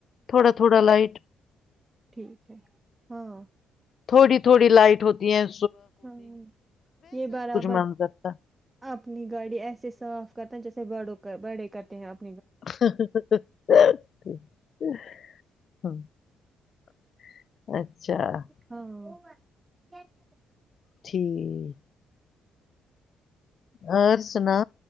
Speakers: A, on the left; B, on the right.
A: تھوڑا تھوڑا لائٹ
B: ٹھیک ہے ہاں
A: تھوڑی تھوڑی لائٹ ہوتی ہیں
B: ہاں یہ برابر
A: منظر تھا
B: اپنی گاڑی ایسے صاف کرتا ہیں جیسے بڑوں بڑے کرتے ہیں آپ
A: <unintelligible> <unintelligible> <unintelligible>
B: ہاں <unintelligible>
A: ٹھیک اور سنا